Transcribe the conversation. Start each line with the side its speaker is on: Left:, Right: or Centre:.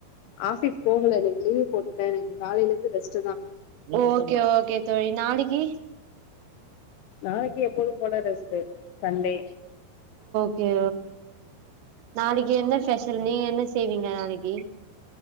Left: ஆபீஸ் போகல இன்னைக்கு லீவ் போட்டுட்டே இன்னைக்கு காலேல இருந்து ரெஸ்டு தா
Right: ஓகே ஓகே தோழி நாளக்கி
Left: நாளைக்கி எப்போதும் போல ரெஸ்ட்டு சண்டே
Right: சேரி ஓகே நாளைக்கு என்ன ஸ்பெஷல் நீங்க என்ன செய்வீங்க நாளக்கி